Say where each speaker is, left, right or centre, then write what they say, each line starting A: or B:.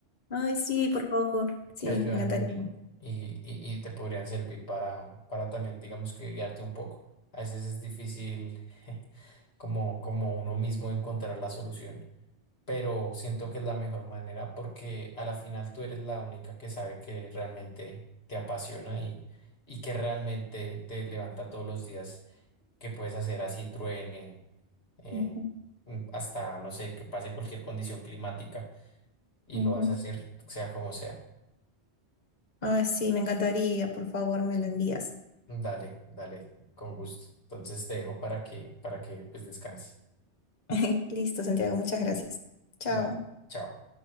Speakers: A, on the left; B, on the left.
A: Ay, sí, por favor. Sí,
B: que ayudan
A: me encantaría.
B: mucho y, y- y te podrían servir para, para también, digamos que guiarte un poco. A veces es difícil <laughs> como, como uno mismo encontrar la solución, pero siento que es la mejor manera porque a la final tú eres la única que sabe que realmente te apasiona y, y que realmente te levanta todos los días, que puedes hacer así truene, eh,
A: Ujú,
B: hasta, no sé, que pase cualquier condición climática y
A: ujú.
B: lo vas a hacer sea como sea.
A: ay sí, me encantaría. Por favor, me lo envías.
B: Dale, dale, con gusto. Entonces te dejo para que, para que pues descanses.
A: <laughs> Listo, Santiago, muchas gracias. Chao.
B: Vale, chao.